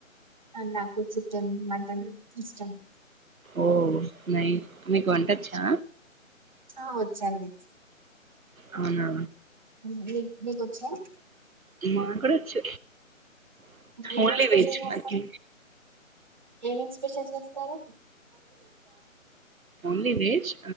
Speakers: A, on the right; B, on the right.
A: నాకు కొచం <unintelligible> ఇస్టా <inaudible>
B: ఓ న మీకు వంట వచ్చా
A: ఆ వచ్చాండి
B: అవునా
A: నీ నీకొచ్చా
B: మాకు వచ్చు
A: ఏమేం
B: ఓన్లీ
A: స్పెషల్
B: వెజ్
A: చేస్తారు
B: మాకి
A: ఏమేం. చేసేస్తారు.
B: ఓన్లీ వెజ్